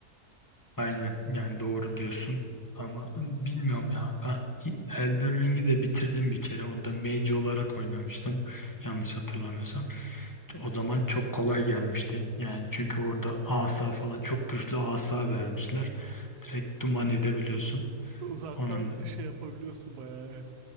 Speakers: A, on the left; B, on the right.
A: Aynen yani doğru diyorsun ama bilmiyorum ya ben Elden Ring'i de bitirdim bir kere onda mage olarak oynamıştım yanlış hatırlamıyorsam o zaman çok kolay gelmişti yani çünkü orada asa falan çok güçlü asa vermişler direkt duman edebiliyorsun
B: Uzaktan
A: onun
B: şey yapabiliyorsun bayağı evet.